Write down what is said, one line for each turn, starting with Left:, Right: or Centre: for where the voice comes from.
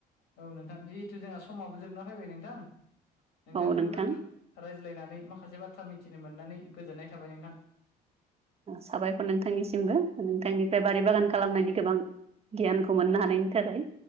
Left: औ नोंथां जिहेथु जोंहा समाबो जोबना फैबाय नोंथां नोंथांजों
Right: औ नोंथां
Left: दा रायज्लायनानै माखासे बाथ्रा मिथिनो मोननानै गोजोननाय थाबाय नोंथां।
Right: साबायखर नोंथांनिसिमबो नोंथांनिफ्राय बारि बागान खालामनायनि गोबां गियानखौ मोननो हानायनि थाखाय